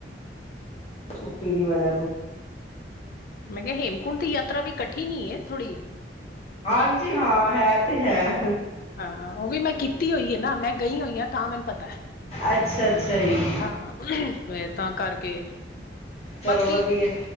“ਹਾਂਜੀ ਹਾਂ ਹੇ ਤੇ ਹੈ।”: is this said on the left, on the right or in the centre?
Left